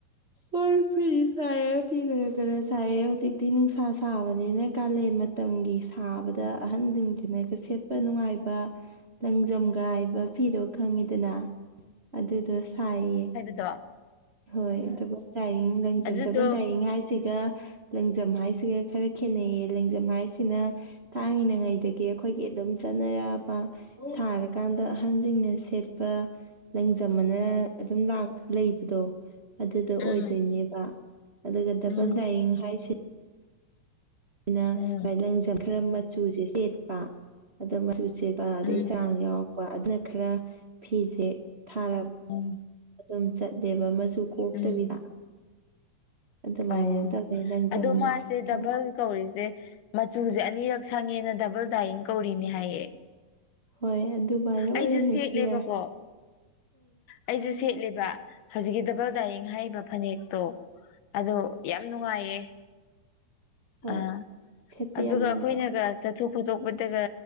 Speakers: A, on the right (about 80°); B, on the left (about 85°).
A: ꯍꯣꯏ ꯐꯤ ꯁꯥꯏꯌꯦ ꯐꯤ ꯈꯔ ꯈꯔ ꯁꯥꯏꯑꯦ ꯍꯧꯖꯤꯛꯇꯤ ꯅꯨꯡꯁꯥ ꯁꯥꯕꯅꯤꯅ ꯀꯥꯂꯦꯟ ꯃꯇꯝ ꯁꯥꯕꯗ ꯑꯍꯟꯁꯤꯡꯁꯤꯅꯒ ꯁꯦꯠꯄ ꯅꯨꯡꯉꯥꯏꯕ ꯂꯪꯖꯝꯒꯥꯏꯕ ꯐꯤ ꯑꯩꯗꯣ ꯈꯪꯉꯤꯗꯅ ꯑꯗꯨꯗꯣ ꯁꯥꯏꯌꯦ
B: ꯗ
A: ꯍꯣꯏ ꯗꯕꯜ ꯇꯥꯏꯌꯡ ꯂꯪꯖꯝ
B: ꯑꯗꯨꯗꯣ
A: ꯗꯕꯜ ꯇꯌꯡ ꯍꯥꯏꯁꯤꯒ ꯂꯪꯖꯝ ꯍꯥꯏꯁꯤꯒ ꯈꯔ ꯈꯦꯠꯅꯩꯌꯦ ꯂꯪꯖꯝ ꯍꯥꯏꯁꯤꯅ ꯇꯥꯡꯉꯤꯅꯉꯩꯗꯒꯤ ꯑꯩꯈꯣꯏꯒꯤ ꯑꯗꯨꯝ ꯆꯠꯅꯔꯛꯑꯕ ꯁꯥꯔꯀꯥꯟꯗ ꯑꯍꯟꯁꯤꯡꯅ ꯁꯦꯠꯄ ꯂꯪꯖꯃꯅ ꯑꯗꯨꯝ ꯂ ꯂꯩꯕꯗꯣ ꯑꯗꯨꯗ
B: ꯎꯝ
A: ꯑꯣꯏꯗꯣꯏꯅꯦꯕ ꯑꯗꯨꯒ ꯗꯕꯜ
B: ꯎꯝ
A: ꯗꯥꯏꯌꯤꯡ ꯍꯥꯏꯁꯤ ꯑꯩꯅ
B: ꯎꯝ
A: ꯂꯪꯁꯪ ꯈꯔ ꯃꯆꯨꯁꯦ ꯁꯦꯠꯄ ꯑꯗ ꯆꯨ ꯆꯦꯠꯄ ꯑꯗꯩ
B: ꯎꯝ
A: ꯆꯥꯡ ꯌꯥꯎꯔꯛꯄ ꯑꯗꯨꯅ ꯈꯔ ꯐꯤꯁꯦ ꯊꯥꯔꯞ
B: ꯎꯝ
A: ꯑꯗꯨꯝ ꯆꯠꯂꯦꯕ ꯃꯆꯨ ꯀꯣꯛꯇꯕꯤꯗ
B: ꯎꯝ
A: ꯑꯗꯨꯃꯥꯏꯅ
B: ꯑꯣ
A: ꯇꯧꯋꯦ ꯂꯪꯖꯝꯅ
B: ꯑꯗꯣ ꯃꯥꯁꯦ
A: ꯀꯩꯅꯣ
B: ꯗꯕꯜ ꯀꯧꯔꯤꯁꯦ ꯃꯆꯨꯁꯦ ꯑꯅꯤꯔꯛ ꯁꯪꯉꯦꯅ ꯗꯕꯜ ꯗꯥꯏꯌꯤꯡ ꯀꯧꯔꯤꯅꯤ ꯍꯥꯏꯌꯦ
A: ꯍꯣꯏ ꯑꯗꯨꯃꯥꯏꯅ ꯑꯣꯏꯔꯝꯕꯁꯨ
B: ꯑꯩꯁꯨ ꯁꯦꯠꯂꯦꯕꯀꯣ
A: ꯌꯥꯔ
B: ꯑꯩꯁꯨ ꯁꯦꯠꯂꯦꯕ ꯍꯧꯖꯤꯛꯀꯤ ꯗꯕꯜ ꯗꯥꯏꯔꯤꯡ ꯍꯥꯏꯔꯤꯕ ꯐꯅꯦꯛꯇꯣ ꯑꯣ ꯌꯥꯝ ꯅꯨꯡꯉꯥꯏꯌꯦ
A: ꯍꯣꯏ
B: ꯑꯥ
A: ꯁꯦꯠꯄ
B: ꯑꯗꯨꯒ
A: ꯌꯥꯝ ꯅꯨꯡꯉꯥꯏꯕꯅꯦ
B: ꯑꯩꯈꯣꯏꯅꯒ ꯆꯠꯊꯣꯛ ꯐꯣꯇꯣꯛꯄꯗꯒ